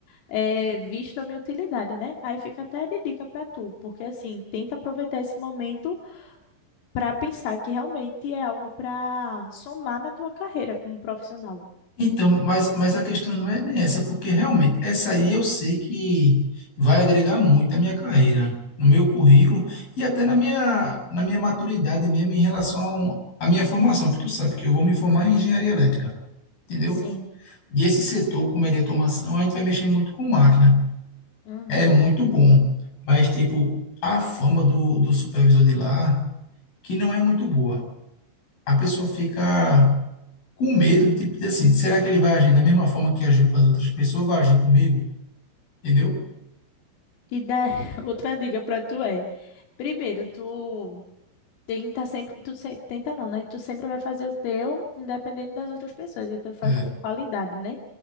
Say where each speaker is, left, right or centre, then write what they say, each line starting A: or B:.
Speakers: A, on the left; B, on the left.
A: eh, visto a minha utilidade, né? Aí fica até de dica para tu, porque assim, tenta aproveitar esse momento para pensar que realmente é algo para somar na tua carreira como profissional.
B: Então, mas, mas a questão não é nem essa, porque realmente essa aí eu sei que vai agregar muito na minha carreira, no meu currículo e até na minha, na minha maturidade mesmo em relação à minha formação, que tu sabe que eu vou me formar em engenharia elétrica, entendeu?
A: Sim.
B: E esse setor, como é de automação, a gente vai mexer muito com máquina.
A: Uhum.
B: É muito bom, mas tipo, a fama do, do supervisor de lá, que não é muito boa. A pessoa fica com medo, de tipo, de assim, será que ele vai agir da mesma forma que agiu com as outras pessoas, vai agir comigo? Entendeu?
A: E da <laughs> outra dica para tu é, primeiro, tu Tenta sempre, tu se- tenta não, né? Tu sempre vai fazer o teu, independente das outras pessoas. Então faz
B: É,
A: com qualidade, né?